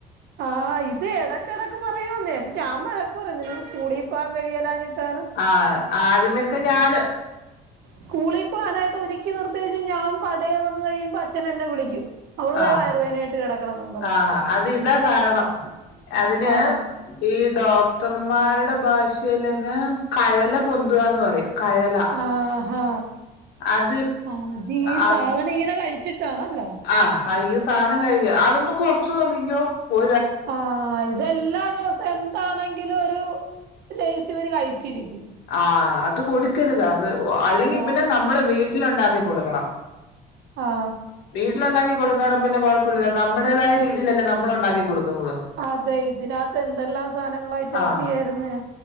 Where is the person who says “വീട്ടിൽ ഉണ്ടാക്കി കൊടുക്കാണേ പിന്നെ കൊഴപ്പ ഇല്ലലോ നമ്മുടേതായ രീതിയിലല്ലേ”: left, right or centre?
Left